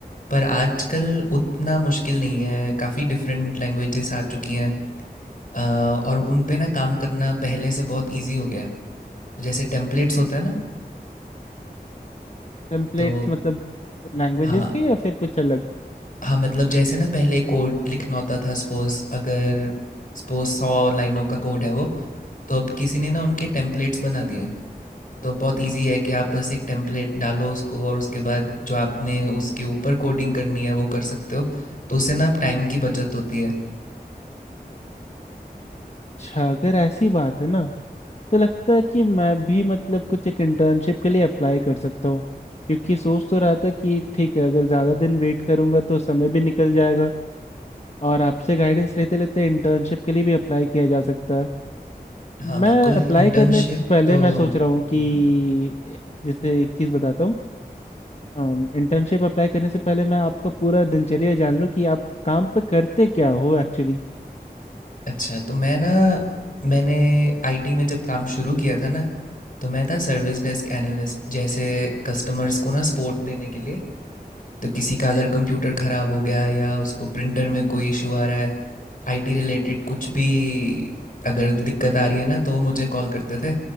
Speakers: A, on the left; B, on the left.
A: पर आजकल उतना मुश्किल नहीं है काफ़ी डिफरेंट लैंग्वेजेस आ चुकी हैं अ, और उन पे ना काम करना पहले से बहुत इजी हो गया है जैसे टेम्पलेट्स होता है ना
B: टेम्पलेट्स
A: तो
B: मतलब लैंग्वेजेस
A: हाँ
B: के या फिर कुछ अलग
A: हाँ मतलब जैसे ना पहले कोड लिखना होता था सपोज अगर सपोज सौ लाइनों का कोड है वो तो अब किसी ने ना उनके टेम्पलेट्स बना दिए तो बहुत इजी है कि आप बस एक टेम्पलेट डालो उसको और उसके बाद जो आपने उसके ऊपर कोडिंग करनी है वो कर सकते हो तो उससे ना आप टाइम की बचत होती है
B: अच्छा अगर ऐसी बात है ना तो लगता है कि मैं भी मतलब कुछ एक इंटर्नशिप के लिए अप्लाई कर सकता हूँ क्योंकि सोच तो रहा था कि ठीक है अगर ज़्यादा दिन वेट करूंगा तो समय भी निकल जाएगा और आपसे गाइडेंस लेते लेते इंटर्नशिप के लिए भी अप्लाई किया जा सकता है
A: हाँ
B: मैं
A: बिल्कुल
B: अप्लाई
A: इंटर्नशिप
B: करने से पहले
A: तो
B: मैं सोच रहा हूँ कि
A: मम्हम,
B: जैसे एक चीज़ बताता हूँ इंटर्नशिप अप्लाई करने से पहले मैं आपका पूरा दिनचर्या जान लूँ कि आप काम पे करते क्या हो एक्चुअली
A: अच्छा तो मैं ना मैंने आईटी में जब काम शुरू किया था ना तो मैं था सर्विस डेस्क एनालिस्ट जैसे कस्टमर्स को ना सपोर्ट देने के लिए तो किसी का अगर कंप्यूटर ख़राब हो गया या उसको प्रिंटर में कोई इशू आ रहा है आईटी रिलेटेड कुछ भी अगर दिक्कत आ रही है ना तो वो मुझे कॉल करते थे